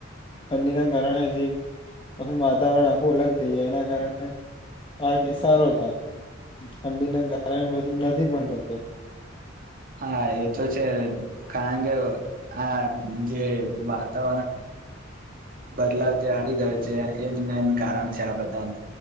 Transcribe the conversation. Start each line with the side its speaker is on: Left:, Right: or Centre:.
Left: ઠંડીના કારણે જે આખું વાતાવરણ આખું અલગ થઈ જાય એના કારણે આ કેસ સારો થાય ઠંડીના કારણે પછી નથી પણ થતો
Right: હા એ તો છે કારણ કે આ જે વાત તો બદલાવ જે આવી ગયો છે એજ મેન કારણ છે આ બધાનું